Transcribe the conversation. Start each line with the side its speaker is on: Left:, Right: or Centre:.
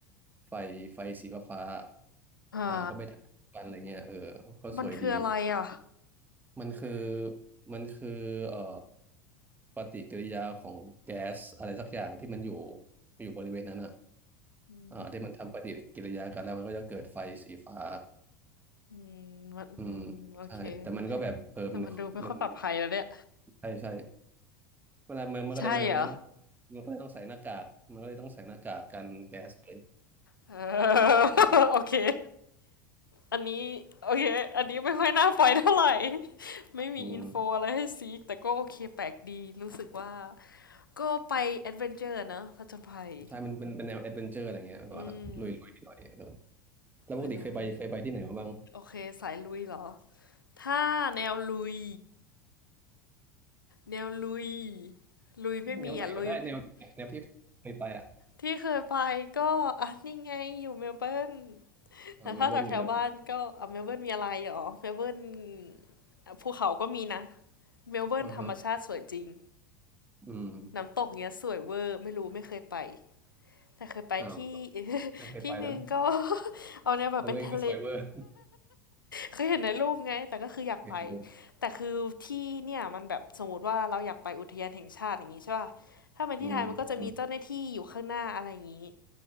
Right: ไฟไฟสีฟ้าๆอ่าก็ไปถ่ายกันอะไรเงี้ยเออก็สวยดี
Left: หามันคืออะไรอ่ะ
Right: มันคือมันคือเอ่อปฏิกิริยาของแก๊สอะไรสักอย่างที่มันอยู่อยู่บริเวณนั้นอ่ะ
Left: อืม
Right: อ่าที่มันทำปฏิกิริยากันแล้วมันก็จะเกิดไฟสีฟ้า
Left: อืมมันอืมโอเค
Right: อืมใช่แต่มันก็แบบเออมันมัน
Left: แต่มันดูไม่ค่อยปลอดภัยแล้วเนี่ย
Right: ใช่ใช่เวลามันมันก็เลยมันก็เลยต้อง
Left: ใช่เหรอ
Right: มันก็เลยต้องใส่หน้ากากมันก็เลยต้องใส่หน้ากากกันแก๊สไป
Left: <laughs> เออ <laughs> โอเคอันนี้โอเค อันนี้ไม่ค่อยน่าไปเท่าไหร่ <laughs> ไม่มีอินโฟอะไรให้ซีกแต่ก็โอเคแปลกดี
Right: อืม
Left: รู้สึกว่าก็ไปแอดเวนเจอร์นะผจญภัย
Right: ใช่มันเป็นเป็นแนวแอดเวนเจอร์อะไรเงี้ยแบบว่าลุยลุยหน่อยเออ
Left: อืม
Right: แล้วปกติเคยไปเคยไปที่ไหนมาบ้าง
Left: ลุยลุยโอเคสายลุยเหรอ ถ้าแนวลุยแนวลุยลุยไม่มีอ่ะลุย
Right: เฮ้ยแนวไหนก็ได้แนวแนวที่เคยไปอ่ะ
Left: ที่เคยไปก็อ่ะนี่ไงอยู่เมลเบิร์น
Right: เออเมลเบิร์นมีอะไรบ้าง
Left: แต่ถ้าแถวแถวบ้านก็อ่ะเมลเบิร์นมีอะไรเหรอเมลเบิร์นอ่ะภูเขาก็มีนะ เมลเบิร์นธรรมชาติสวยจริง
Right: อ่าฮะอืม
Left: น้ำตกเนี้ยสวยเวอร์ไม่รู้ไม่เคยไป แต่เคยไปที่
Right: อ้าว
Left: <laughs>
Right: ไม่เคยไปแล้ว
Left: ที่หนึ่งก็ <laughs> เอาเนียแบบเป็นทะเล
Right: แล้วตัวเองก็สวยเวอร์
Left: เคยเห็นในรูปไงแต่ก็คืออยากไป
Right: <laughs> เคยไปแล้ว
Left: แต่คือที่เนี่ยมันแบบสมมติว่าเราอยากไปอุทยานแห่งชาติอย่างงี้ใช่ป่ะถ้าเป็นที่ไทยมันก็จะมีเจ้าหน้าที่อยู่ข้างหน้าอะไรอย่างงี้
Right: อืมอืม